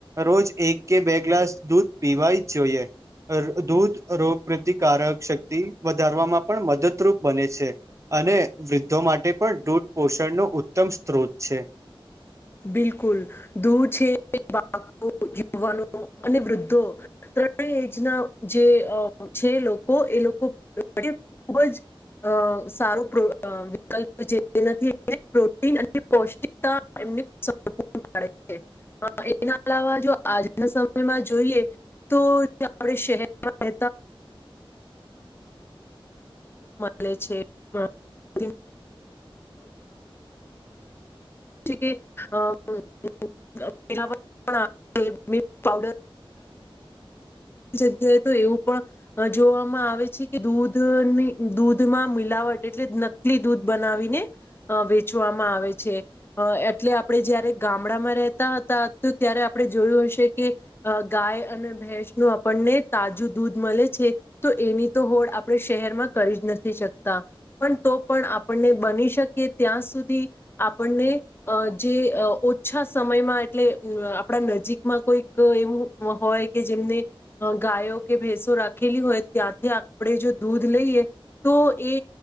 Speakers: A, on the right; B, on the left.
A: રોજ એક કે બે ગ્લાસ દૂધ પીવા જ જોઈએ. અ દૂધ રોગ પ્રતિકારક શક્તિ વધારવામાં પણ મદદરૂપ બને છે. અને વૃદ્ધો માટે પણ દૂધ પોષણનો ઉત્તમ સ્ત્રોત છે.
B: બિલકુલ દૂઘ છે બાળકો યુવાનો અને વૃદ્ધો ત્રણેય એજ ના જે છે લોકો એ લોકો એ ખૂબ જ અ સારું વિકલ્પ છે એનાથી પ્રોટીન અને પૌષ્ટિકતા. એમની <unintelligible> છે. હ એના અલાવા જો આજના સમયમાં જોઈએ તો આપણે શહેરમાં. <inaudible> મળે છે. <unintelligible> કે અ. પ પણ આવે મિલ્ક પાવડર. જગ્યાએ તો એવું પણ જોવામાં આવે છે કે દૂધ. ની દૂધમાં મિલાવટ એટલે નકલી દૂધ બનાવીને અ વેચવામાં આવે છે. અ એટલે આપણે જયારે ગામડામાં રહેતા હતા ત્યારે આપણે જોયું હશે કે ગાય. અને ભેંસ નુ આપણને તાજું દૂધ મળે છે તો એની તો હોડ આપણે શહેરમાં કરી. નથી શકતા પણ તો પણ આપણને બની શકે ત્યાં સુધી આપણને. અ જે ઓછા સમયમાં એટલે અ આપણા નજીકમાં કોઈક એવું. હોય કે જેમને ગાયો કે ભેસો રાખેલી હોય ત્યાંથી આપણે જો દૂધ લઈએ. તો એ